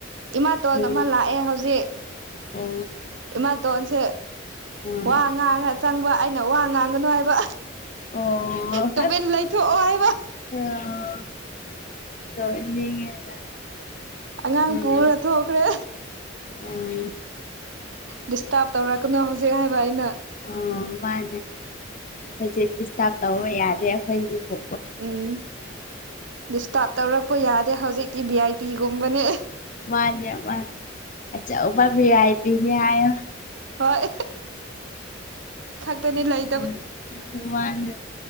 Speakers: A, on the right; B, on the left.
A: ꯏꯃꯥꯇꯣꯟ
B: ꯎ
A: ꯑꯃ ꯂꯥꯛꯑꯦ ꯍꯧꯖꯤꯛ
B: ꯑꯣ
A: ꯏꯃꯥꯇꯣꯟꯁꯦ
B: ꯎꯝ
A: ꯋꯥ ꯉꯥꯡꯉ ꯆꯪꯕ ꯑꯩꯅ ꯋꯥ ꯉꯥꯡꯒꯅꯨ ꯍꯥꯏꯕ
B: ꯑꯣ
A: ꯇꯨꯚꯦꯟ ꯂꯩꯊꯣꯛꯑꯣ ꯍꯥꯏꯕ
B: <unintelligible>
A: ꯑꯉꯥꯡ
B: ꯎꯝ
A: ꯄꯨꯔ ꯊꯣꯛꯈ꯭ꯔꯦ
B: ꯎꯝ
A: ꯗꯤꯁꯇꯥꯔꯕ ꯇꯧꯔꯛꯀꯅꯨ ꯍꯧꯖꯤꯛ ꯍꯥꯏꯕ ꯑꯩꯅ
B: ꯑꯣ ꯃꯥꯅꯦ ꯍꯧꯖꯤꯛ ꯗꯤꯁꯇꯥꯔꯕ ꯇꯧꯕ ꯌꯥꯗꯦ ꯑꯩꯈꯣꯏꯒꯤꯗꯤ
A: ꯎꯝ ꯗꯤꯁꯇꯥꯔꯕ ꯇꯧꯔꯛꯄ ꯌꯥꯗꯦ ꯍꯧꯖꯤꯛꯇꯤ ꯚꯤ ꯑꯥꯏ ꯄꯤꯒꯨꯝꯕꯅꯦ
B: ꯃꯥꯅꯦꯦ ꯃꯥꯅꯦꯦ ꯑꯆꯧꯕ ꯕꯤꯂꯥꯏꯇꯤꯅꯤ ꯍꯥꯏꯌꯣ
A: ꯍꯣꯏ ꯇꯨꯅꯤ ꯂꯩ
B: ꯎꯝ ꯁꯤꯁꯨ ꯋꯥꯟꯗ